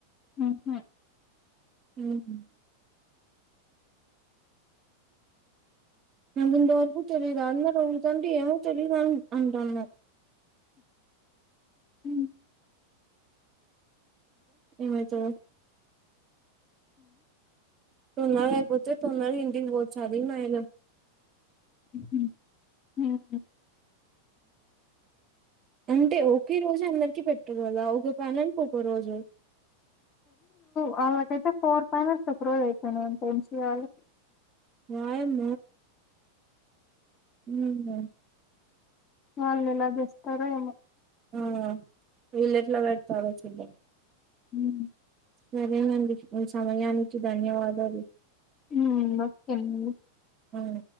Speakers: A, on the left; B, on the right.
A: ఉహు
B: మ్మ్ ముందు వరకు తెలిద అన్నారుా ఉ తాండి ఏమో తెలీద అంటాన్న
A: ఉమ్.
B: ఏమైతదో తొందరగా అయిపోతే తొందరగా ఇంటికి పోవచ్చు అది మాయన
A: ఉమ్. హ్మ్.
B: అంటే ఒకే రోజు అందరికి పెట్టుకదా ఒక పలానికి ఒక రోజు
A: వాళ్ళకైతే ఫోర్ పైనల్స్ ఒక రోజు అయిపోయినాయి అంటే యం సీ ఏ వాళ్ళకి
B: నా యమ మ్మ్
A: వాళ్ళు ఎలా చేస్తారో ఏమో
B: ఆ ఇళ్ళ ఎట్లా పెడతారో <unintelligible>
A: మ్మ్
B: సరేనండి మీ సమయానికి ధన్యవాదాలు
A: హ్మ్. ఓకే అండి.
B: అవును